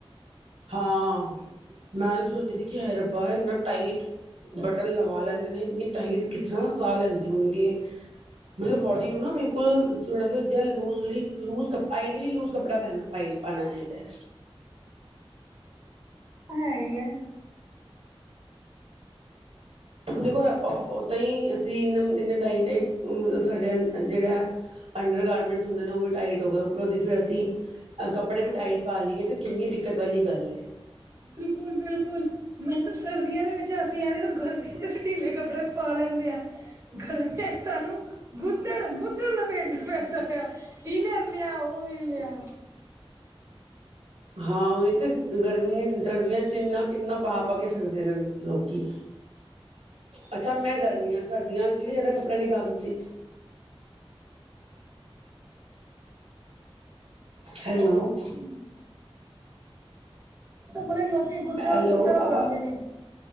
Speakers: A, on the right; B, on the right.
A: ਹਾਂ, ਮੈਂ ਵੀ ਸੋਚਦੀ ਸੀ ਕਿ, ਹਾਏ ਰਬਾ ਏੱਨਾ ਟਾਈਟ। ਬਟਨ ਲਗਾ ਲੈਂਦੇ ਨੇ ਇੰਨੀ ਟਾਈਟ ਕਿਸ ਤਰ੍ਹਾਂ ਸਾਹ ਲੈਂਦੇ ਹੋਣਗੇ? ਮਤਲਬ, ਬੋਡੀ ਨੂੰ ਨਾ ਬਿਲਕੁਲ ਥੋੜਾ ਜਾ ਲੂੂਜਲੀ ਲੁਜ, ਕਪੜਾ ਟਾਈਟਲੀ ਲੂਜ ਕੱਪੜਾ ਪੈਨਣਾ ਪ ਪਾਣਾ ਇਹਦੇ।
B: ਹੈ ਹੀ ਹੈ।
A: ਦੇਖੋ, ਓਦਾਂ ਹੀ ਅਸੀਂ ਇ ਇ ਟਾਈਟ ਟਾਈਟ ਮਤਲਬ ਸਾਡੇ ਜਿਹੜਾ ਅੰਡਰ ਗਾਰਮੈਂਟਸ ਹੁੰਦੇ ਨੇ, ਔ ਵੀ ਟਾਈਟ ਹੋ ਗਏ। ਉੱਪਰੋਂ ਦੀ ਫੇਰ ਅਸੀਂ ਅ ਕੱਪੜੇ ਵੀ ਟਾਈਟ ਪਾ ਲਈਏ ਤੇ ਕਿੰਨੀ ਦਿੱਕਤ ਵਾਲੀ ਗੱਲ ਹੈ।
B: ਬਿਲਕੁਲ ਬਿਲਕੁਲ। ਮੈਨੂੰ ਤਾਂ ਸਰਦੀਆਂ ਦੇ ਵਿੱਚ ਅਸੀਂ, ਐਵੇ ਗ ਗਰਮੀ ਦੇ ਅਸੀਂ ਟੀਲੇ ਕੱਪੜੇ ਪਾ ਲੈਂਦੇ ਆਂ। ਗਰਮੀਆਂ ਸਾਨੂੰ ਗੁੱਦੜ-ਮੁੱਦੜ ਲਪੇਟਨਾ ਪੈਂਦਾ। ਨਰਲੀਿਆ ਓਵਲਿਆ
A: ਹਾਂ ਉਵੇ ਤੇ, ਗਰਮੀਆਂ ਸਰਦੀਆਂ ਚ ਕਿੰਨਾ ਕਿੰਨਾ ਪਾ ਪਾ ਕੇ ਫਿਰਦੇ ਨੇ ਲੋਕੀ ਅੱਛਾ ਮੈਂ ਗਰਮੀੀਆਂ ਸਰਦੀਆਂ ਵਿੱਚ, ਜ ਵੀ ਜਿਆਦਾ ਕੱਪੜਾ ਨਹੀਂ ਪਾ ਸਕਦੀ ਹੈਲੋ।
B: <inaudible> ਬੜੇ ਲੋਕੀ ਗੁੱਦੜ-ਮੁੱਦੜ
A: ਹੈਲੋ ਆਵਾ
B: ਪਾਂਦੇ ਨੇ।